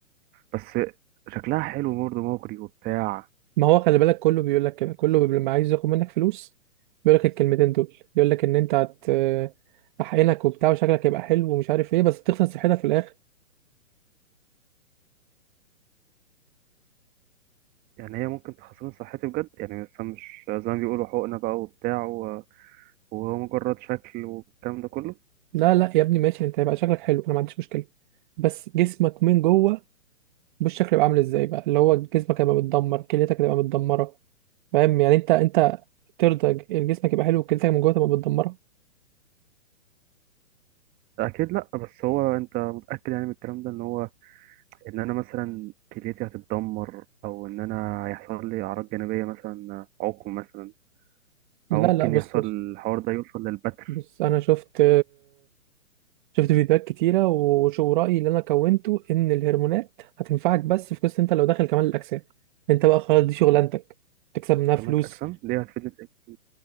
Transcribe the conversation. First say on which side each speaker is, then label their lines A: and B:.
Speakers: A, on the right; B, on the right.
A: بس شكلها حلو برضه مغري وبتاع
B: ما هو خلي بالك كله بيقول لك كده كله لما عايز ياخد منك فلوس بيقول لك الكلمتين دول بيقول لك ان انت هت احقنك وبتاع وشكلك هيبقى حلو ومش عارف ايه بس تخسر صحتك في الاخر
A: يعني هي ممكن تخسرني صحتي بجد يعني مثلا مش زي ما بيقولوا حقنه بقى وبتاع و- وهو مجرد شكل والكلام ده كله
B: لا لا يا ابني ماشي انت هيبقى شكلك حلو انا ما عنديش مشكله بس جسمك من جوه بالشكل يبقى عامل ازاي بقى اللي هو جسمك هيبقى متدمر كليتك هتبقى متدمره فاهم يعني انت انت ترضى جسمك يبقى حلو وكليتك من جوه تبقى متدمره
A: اكيد لا بس هو انت متاكد يعني من الكلام ده ان هو ان انا مثلا كليتي هتتدمر او ان انا هيحصل لي اعراض جانبيه مثلا عقم مثلا
B: لا
A: او ممكن
B: لا بص
A: يحصل
B: بص
A: الحوار ده يوصل للبتر
B: بص انا شفت شفت فيديوهات كتيره وشو رايي اللي انا كونته ان الهرمونات هتنفعك بس في قصه انت لو داخل كمال الاجسام انت بقى خلاص دي شغلانتك تكسب منها
A: كمال
B: فلوس
A: الاجسام دي هتفيدني في ايه